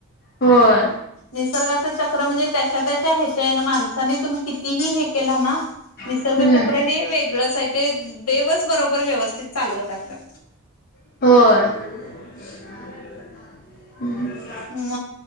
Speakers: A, on the left; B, on the left.
A: होय
B: निसर्गाचं चक्र म्हणजे त्याच्या त्या. त्यां ह्याच्याने माणसा नी तुम्ही कितीही हे केल ना, निसर्ग
A: हम्म.
B: चक्र हे वेगळंच आहे. ते देवच बरोबर व्यवस्थित चालवत असतात.
A: होय.
B: म